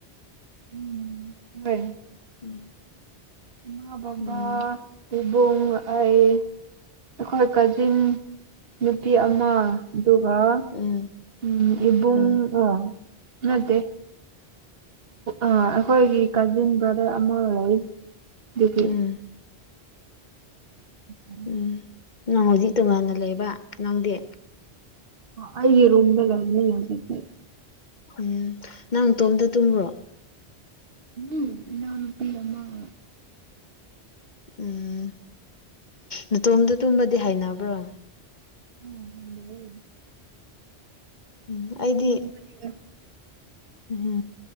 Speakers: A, on the right; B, on the left.
A: ꯎꯝ ꯍꯣꯏ
B: <unintelligible>
A: ꯏꯃꯥ ꯕꯥꯕꯥ
B: ꯎꯝ
A: ꯏꯕꯨꯡ ꯑꯩ ꯑꯩꯈꯣꯏ ꯀꯥꯖꯤꯟ ꯅꯨꯄꯤ ꯑꯃ ꯑꯗꯨꯒ
B: ꯎꯝ
A: ꯎꯝ ꯏꯕꯨꯡꯒꯥ
B: ꯎꯝ
A: ꯅꯠꯇꯦ ꯑꯩꯈꯣꯏꯒꯤ ꯀꯥꯖꯤꯟ ꯕ꯭ꯔꯥꯗꯔ ꯑꯃꯒ ꯂꯩ ꯑꯗꯨꯗꯤ
B: ꯎꯝ
A: ꯎꯝ
B: ꯎꯝ ꯅꯪ ꯍꯧꯖꯤꯛ ꯇꯣꯉꯥꯟꯅ ꯂꯩꯕ ꯅꯪꯗꯤ
A: ꯑꯩꯒꯤ ꯔꯨꯝꯗ ꯂꯩꯕꯅꯦ ꯍꯧꯖꯤꯛꯇꯤ
B: ꯎꯝ ꯅꯪ ꯅꯇꯣꯝꯇ ꯇꯨꯝꯕ꯭ꯔꯣ
A: ꯎꯝ ꯏꯅꯥꯎ ꯅꯨꯄꯤ ꯑꯃꯥꯒꯥ
B: ꯎꯝ ꯅꯇꯣꯝꯗ ꯇꯨꯝꯕꯗꯤ ꯍꯥꯏꯅꯕ꯭ꯔꯣ
A: <unintelligible>
B: ꯎꯝ ꯑꯩꯗꯤ
A: ꯂꯩꯌꯦ
B: ꯎꯝ